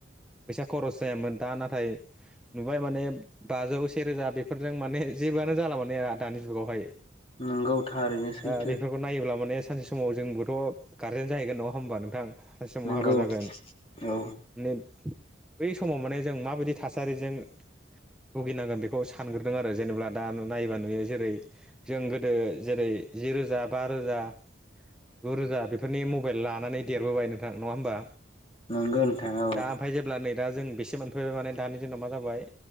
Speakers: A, in the centre; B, on the left (about 30°).
A: फैसा खरस जायामोन दा नाथाय नुबाय माने बाजौ सेेरोजा बेफोरजों माने जेबो आनो जाला दानि जुगावहाय
B: नंगौ थारैनो सैथो
A: दा बेफोरखौ नायोब्ला माने सानसे समाव जोंबोथ गारजेन जाहैगोन नङा होमबा नोंथां सानसे समाव
B: नंगौ
A: हाबा जागोन
B: औ
A: माने बै समाव माने जों माबायदि थासारिजों भुगिनांगोन बेखौ सानग्रो आरो जेनेबा दा नायबा नुयो जेरै जों गोदो जेरै जि रोजा बा रोजा गुरोजा बेफोरनि मबाइल लानानै देरबोबाय नोंथां नङा होमबा
B: नंगौ नोंथां औ।
A: दा ओमफ्राय जेब्ला नै दा जों बेसे मोनफैबाय माने दानि दिनाव मा जाबाय